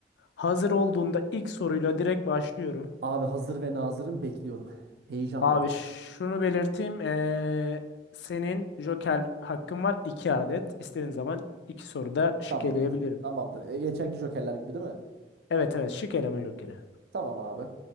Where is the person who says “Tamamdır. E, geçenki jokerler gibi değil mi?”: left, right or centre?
Right